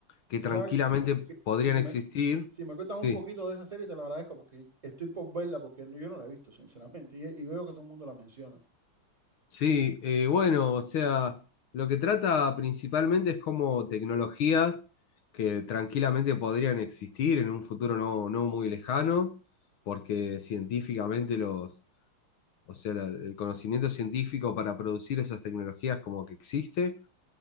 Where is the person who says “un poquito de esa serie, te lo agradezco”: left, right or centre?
Right